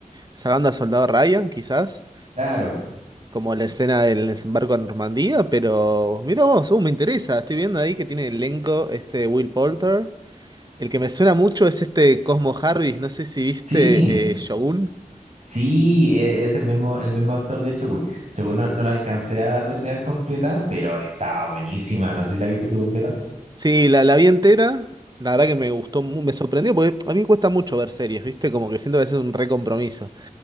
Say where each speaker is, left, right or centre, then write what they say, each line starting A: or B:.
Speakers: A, on the right; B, on the right.
A: Salvando al Soldado Ryan, quizás.
B: Claro,
A: como la escena del desembarco en Normandía, pero mira vos, uh, me interesa. Estoy viendo ahí que tiene elenco este Will Poulter. El que me suena mucho es este Cosmo Harris, no sé si viste
B: sí.
A: eh, Shogun.
B: Sí, e- es el mismo, el mismo actor de Shogun. Shogun no, no la alcancé a terminar completa, pero estaba buenísima. No sé si la viste tú completa.
A: Sí, la, la vi entera. La verdad que me gustó, mu- me sorprendió, porque a mí me cuesta mucho ver series, ¿viste? Como que siento que es un recompromiso.